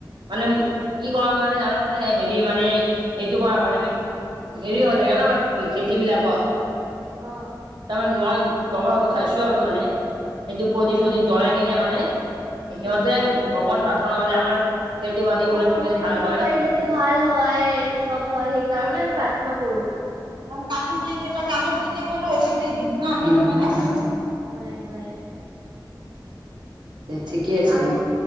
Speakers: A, on the right; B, on the right.
A: মানে কি কৰাৰ কাৰণে জানে নে হেৰি মানে সেইটো কৰাৰ কাৰণে আমি। হেৰি হৈ থাকে ন আমাৰ খেতি বিলাকত
B: অ
A: তাৰমানে মই। কবাত চাইছোঁ আৰু মানে সেইটো
B: উম
A: প্ৰদীপ চদিপ জ্বলাই কিনে মানে। সিহঁতে
B: উম
A: ভগৱান প্ৰাৰ্থনা কৰিলে মানে আমাৰ। খেতি বাতি
B: অ'
A: বিলাক
B: মানে
A: ভাল
B: খেতি
A: হয়।
B: বাৰী যাতে ভাল হয় চব হয় সেইকাৰণে আমি প্ৰাৰ্থনা কৰো।
A: কাকো যে কেইটা কাগজ দিতে কৈলো এ এইকেইটাই দিম না আমি তোমাৰে।
B: হয় হয়।
A: ঠিকে আছে
B: এইটো
A: দে